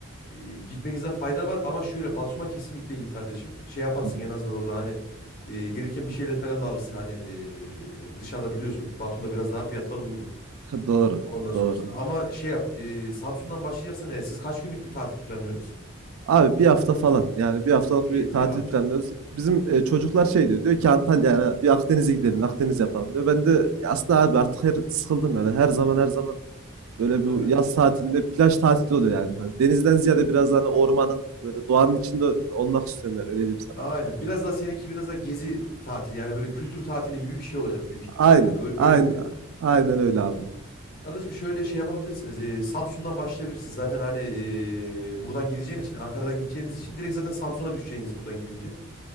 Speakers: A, on the left; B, on the right.
A: Eee, gitmenizde fayda var ama şöyle Batum'a kesinlikle git kardeşim. Şey yaparsın
B: Hı hı.
A: en azından orada hani eee, gelirken bir şeyler falan da alırsın. Hani eee, dışarıda biliyorsun Batum'da biraz daha fiyatlar uygun.
B: <laughs> Doğru,
A: Ondan sonrasında
B: doğru.
A: ama şey yap eee, Samsun'dan başlayacaksan eğer siz kaç günlük bir tatil planlıyorsunuz?
B: Abi bir hafta falan yani bir haftalık
A: İyi
B: bir tatil
A: bir hafta.
B: planlıyoruz. Bizim e, çocuklar şey diyor diyor ki Antalya yani bir Akdeniz'e gidelim Akdeniz yapalım diyor. Ben de "Ya aslında abi artık her, sıkıldım yani her zaman her zaman böyle
A: Hı
B: bu
A: hı.
B: yaz tatilinde plaj tatili oluyor yani. Hani denizden ziyade biraz daha hani ormanın böyle doğanın içinde olmak istiyorum yani öyle diyeyim sana
A: Aynen.
B: abi.
A: Biraz daha seninki biraz daha gezi tatili yani böyle kültür tatili gibi bir şey olacak büyük ihtimalle
B: Aynen
A: yani Ö-
B: aynen
A: öyle bir.
B: aynen öyle abi.
A: Kardeşim şöyle şey yapabilirsiniz. Ee, Samsun'dan başlayabilirsiniz. Zaten hani ee, buradan gideceğin için, Ankara'dan gideceğiniz için direkt zaten Samsun'a düşeceğiniz buradan gidince.